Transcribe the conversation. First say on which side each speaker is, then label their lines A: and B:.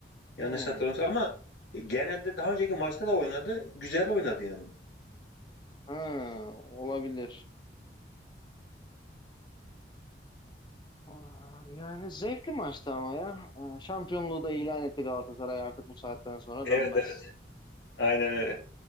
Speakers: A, on the left; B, on the left.
A: Yanlış
B: Hmm.
A: hatırlamıyorsam ama genelde daha önceki maçta da oynadı. Güzel oynadı yani.
B: Ha, olabilir. Aa, Yani zevkli maçtı ama ya. Ee, Şampiyonluğu da ilan etti Galatasaray artık bu saatten sonra
A: Evet
B: dönmez.
A: evet. Aynen öyle.